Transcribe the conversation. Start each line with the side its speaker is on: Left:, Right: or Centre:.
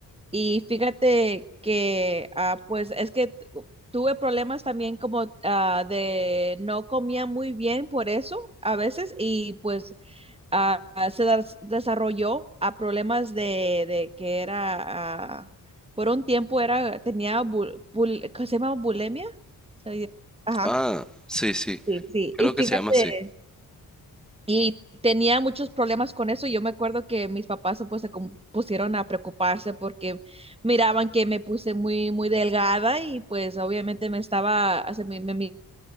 Right: y fíjate que, ah, pues es que tu- tuve problemas también como ah, de no comía muy bien por eso a veces y pues ah, ah, se des- desarrolló a problemas de, de que era, ah, por un tiempo era, tenía, bul, bul- ¿cómo se llama? Bulimia. Soy- Ajá,
Centre: Ah, sí, sí.
Right: sí, sí.
Centre: Creo
Right: Y fíjate.
Centre: que se llama así.
Right: Y tenía muchos problemas con eso. Yo me acuerdo que mis papás pues, se com- pusieron a preocuparse porque miraban que me puse muy, muy delgada y pues obviamente me estaba, o sea, me, me mi-